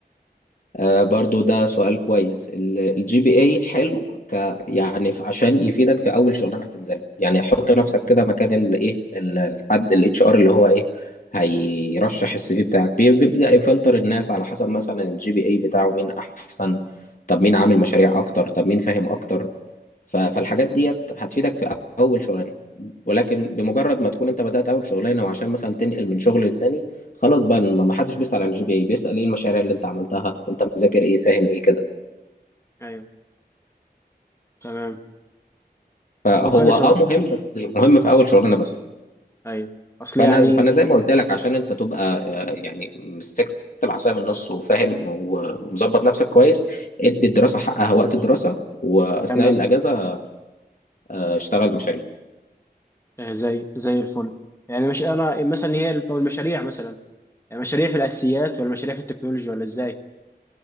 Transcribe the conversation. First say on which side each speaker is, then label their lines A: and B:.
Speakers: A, on the left; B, on the left.
A: آه برضو ده سؤال كويس الجي بي اي حلو ك يعني ف- عشان يفيدك في اول شغلانه هتنزلها يعني حط نفسك كده مكان الايه الحد الاتش ار اللي هو ايه هيرشح السي في بتاعك بي- بيبدأ يفلتر الناس على حسب مثلا الجي بي اي بتاعه مين احسن طب مين عامل مشاريع اكتر طب مين فاهم اكتر ف- فالحاجات ديت هتفيدك في اول شغلانه ولكن بمجرد ما تكون انت بدات اول شغلانه وعشان مثلا تنقل من شغل للتاني خلاص بقى ما ما حدش بيسال على الجي بي اي بيسال ايه المشاريع اللي انت عملتها انت مذاكر ايه فاهم ايه كده
B: ايوه تمام
A: فهو
B: هو كويس
A: اه
B: هو
A: مهم بس مهم في اول شغلانه بس
B: ايوه اصل
A: فانا
B: يعني
A: فانا
B: ك-
A: زي ما قلت لك عشان انت تبقى آه، يعني مسكت العصايه من النص وفاهم و- ومظبط نفسك كويس ادي الدراسه حقها وقت الدراسه واثناء
B: تمام
A: الاجازه آه، اشتغل مشاريع
B: آه، زي زي الفل يعني مش انا مثلا هي ال- طب المشاريع مثلا يعني مشاريع في الاساسيات ولا مشاريع في التكنولوجيا ولا ازاي